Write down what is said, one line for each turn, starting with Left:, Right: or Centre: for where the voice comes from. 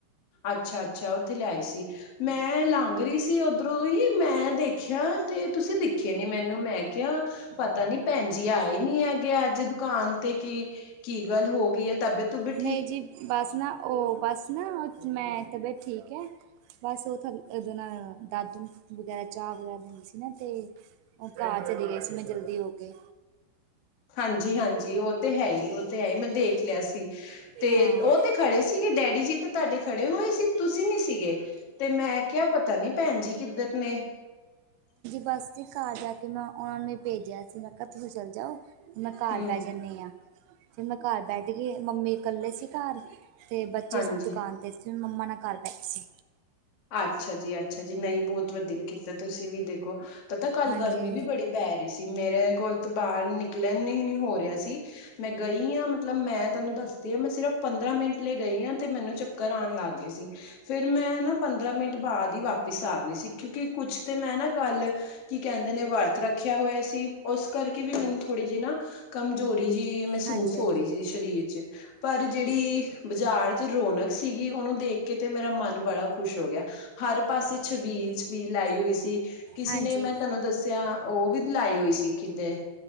Left: ਅੱਛਾ -ਅੱਛਾ ਉੱਥੇ ਲਾਈ ਸੀ ਮੈਂ ਲਾਂਘ ਰਹੀ ਸੀ ਉੱਧਰੋਂ ਹੀ ਮੈਂ ਦੇਖ ਦੇਖਿਆ ਤੇ ਤੁਸੀਂ ਦਿਖੇ ਨੀ ਮੈਨੂੰ ਮੈਂ ਕਿਹਾ। ਪਤਾ ਨੀ ਭੈਣ ਜੀ ਆਏ ਨੀ ਹੈ ਅੱਗੇ ਅੱਜ ਦੁਕਾਨ ਤੇ ਕੀ ਕੀ ਗੱਲ ਹੋ ਗਈ ਐ ਤਬੀਅਤ -ਤੂੰਬੀਅਤ
Right: ਨਹੀਂ ਜੀ ਬਸ ਨਾ। ਉਹ ਬਸ ਨਾ, ਮੈਂ ਤਬੀਅਤ ਠੀਕ ਹੈ ਬਸ ਉਹਥੋ ਓਦੋਂ ਨਾ ਦਾਦੂ ਨੂੰ ਵਗੈਰਾ ਚਾਹ ਵਗੈਰਾ ਦਿੰਦੀ ਸੀ ਨਾ ਤੇ ਉਹ ਘਰ ਚਲੇ ਗਏ ਸੀ ਮੈਂ। ਜਲਦੀ ਹੋ ਕੇ।
Left: ਹਾਂਜੀ -ਹਾਂਜੀ ਉਹ ਤੇ ਹੈ -ਹੀ ਉਹ ਤੇ ਹੈ ਹੀ ਮੈਂ ਦੇਖ ਲਿਆ ਸੀ ਤੇ
Right: ਹਾਂ
Left: ਉਹ ਤੇ ਖੜੇ ਸੀਗੇ ਡੈਡੀ ਜੀ। ਤੇ ਤੁਹਾਡੇ ਖੜੇ ਹੋਏ ਸੀ ਤੁਸੀਂ ਨੀ ਸੀਗੇ ਤੇ ਮੈਂ ਕਿਹਾ ਪਤਾ ਨੀ ਭੈਣ ਜੀ ਕਿੱਧਰ ਨੇ।
Right: ਬਸ ਘਰ ਜਾ ਕੇ ਮੈਂ ਉਹਨਾਂ ਨੂੰ ਹੀ ਭੇਜਿਆ ਸੀ। ਮੈਂ ਕਿਹਾ ਤੁਸੀਂ ਚੱਲ ਜਾਓ। ਮੈਂ ਘਰ
Left: ਹੂੰ
Right: ਬੈ ਜਾਂਣੀ ਆ, ਤੇ ਮੈਂ ਘਰ ਬੈਠ ਗਈ। ਮੰਮੀ ਇਕੱਲੇ ਸੀ ਘਰ। ਤੇ
Left: ਹਾਂਜੀ-ਹਾਂਜੀ
Right: ਬੱਚੇ ਸੀ ਦੁਕਾਨ ਤੇ ਸੀ ਮੰਮਾ ਨਾਲ ਘਰ ਬੈਹ ਗਈ ਸੀ।
Left: ਅੱਛਾ ਜੀ- ਅੱਛਾ ਜੀ ਨਹੀਂ ਬਹੁਤ ਵਧੀਆ ਕੀਤਾ ਤੁਸੀਂ ਵੀ ਦੇਖੋ ਪਤਾ ਕੱਲ
Right: ਹਾਂਜੀ
Left: ਗਰਮੀ ਵੀ ਬੜੀ। ਪੈ ਰਹੀ ਸੀ ਮੇਰੇ ਕੋਲ ਤਾਂ ਬਾਹਰ ਨਿਕਲਣ ਹੀ ਨੀ ਹੋ ਰਿਹਾ ਸੀ। ਮੈਂ ਗਈ ਹਾਂ ਮਤਲਬ ਮੈਂ ਤੁਹਾਨੂੰ ਦੱਸਦੀ ਹਾਂ। ਮੈਂ ਸਿਰਫ਼ ਪੰਦਰਾਂ ਮਿੰਟ ਲਈ ਗਈ। ਮੈਨੂੰ ਚੱਕਰ ਆਉਣ ਲੱਗ ਲਾਗੇ ਸੀ ਫਿਰ ਮੈਂ ਨਾ ਪੰਦਰਾਂ ਮਿੰਟ ਬਾਅਦ ਹੀ ਵਾਕ ਵਾਪਿਸ ਆ ਗਏ ਸੀ ਕਿਉਂਕਿ ਕੁੱਛ ਤੇ ਮੈਂ ਨਾ ਕੱਲ। ਕੀ ਕਹਿੰਦੇ ਨੇ ਵਰਤ ਰੱਖਿਆ ਹੋਇਆ ਸੀ ਉਸ ਕਰਕੇ ਵੀ ਮੈਨੂੰ ਥੋੜ੍ਹੀ ਜਿਹੀ ਨ ਕਮਜ਼ੋਰੀ ਜੀ ਮਹਿਸੂਸ
Right: ਹਾਂਜੀ ਹਾਂਜੀ
Left: ਹੋ ਰਹੀ ਸੀ ਸਰੀਰ 'ਚ'। ਪਰ ਜਿਹੜੀ, ਬਾਜ਼ਾਰ ਚ ਰੌਣਕ ਸੀਗੀ। ਉਹਨੂੰ ਦੇਖ ਕੇ ਤੇ ਮੇਰਾ ਮਨ ਬੜਾ। ਖੁਸ਼ ਹੋ ਗਿਆ ਹਰ ਪਾਸੇ ਛਬੀਲ -ਛਬੀਲ ਲਾਈ ਹੋਈ ਸੀ। ਕਿਸੇ
Right: ਹਾਂਜੀ
Left: ਨੇ ਮੈਂ ਤੁਹਾਨੂੰ ਦੱਸਿਆ। ਉਹ ਵੀ ਲਾਈ ਹੋਈ ਸੀ ਕਿਹਦੇ।